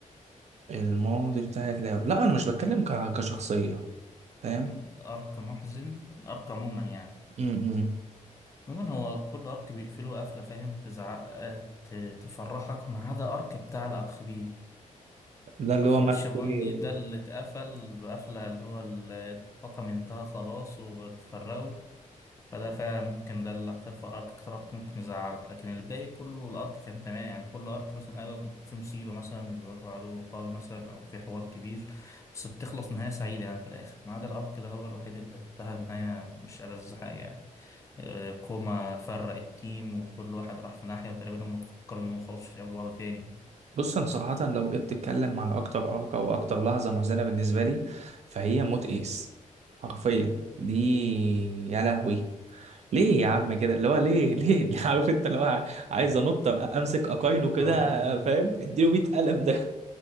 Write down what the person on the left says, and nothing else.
مم. أرك محزن أرك عموما يعني
عموما هو كل أرك بيقفلوه قفلة فاهم تزعق آه، ت... تفرحك ما عدا أرك بتاع الأرخبيل
أرخبيل
شابوندي
ده اللي اتقفل بقفلة اللي هو الطاقم انتهى خلاص واتفرقوا فده فعلا ممكن ده اللي اكتر في ارك اكتر ارك ممكن يزعلك لكن الباقي كله الارك كان تمام يعني كل ارك مثلا ايوه في مصيبه مثلا وبيواجهوا عدو قوي مثلا او في حوار كبير بس بتخلص نهايه سعيده يعني في الاخر ما عدا الارك ده هو الوحيد اللي انتهى نهايه مش ألذ حاجه يعني آه، كوما فرق التيم وكل واحد راح في ناحيه وتقريبا هم فكروا انهم خلاص مش هيقابلوا بعض تاني
اه